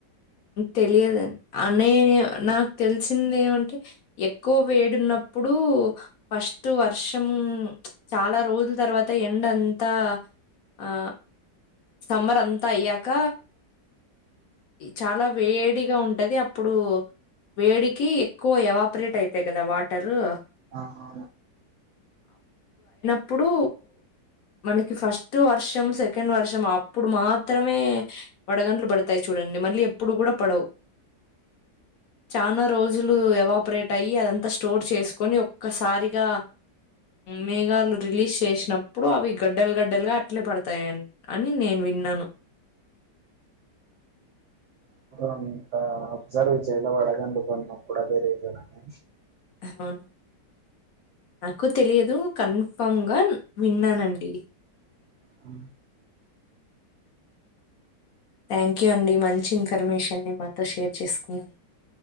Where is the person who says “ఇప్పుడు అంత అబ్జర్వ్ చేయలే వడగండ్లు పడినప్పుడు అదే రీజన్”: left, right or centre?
Right